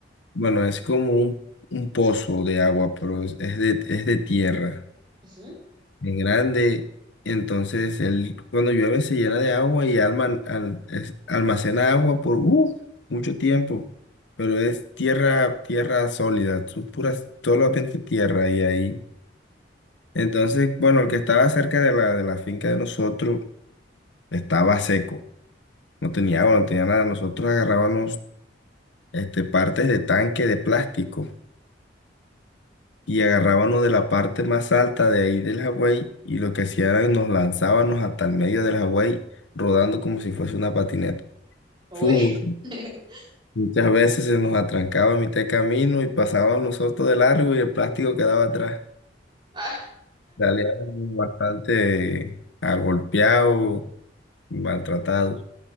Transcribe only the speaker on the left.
Bueno, es como un, un pozo de agua, pero es, es de, es de tierra,
es grande. Entonces, él, cuando llueve se llena de agua y alman- al- es- almacena agua por uh, mucho tiempo. Pero es tierra, tierra sólida, son puras, solamente tierra y ahí. Entonces, bueno, el que estaba cerca de la, de la finca de nosotros estaba seco, no tenía agua, no tenía nada. Nosotros agarrábamos este, partes de tanque de plástico y agarrábamos de la parte más alta de ahí del Hawái y lo que hacía era nos lanzábamos hasta el medio del Hawái rodando como si fuese una patineta.
Fue mu-
muchas veces se nos atrancaba a mitad de camino y pasábamos nosotros de largo y el plástico quedaba atrás.
Salíamos bastante agolpeados, maltratados.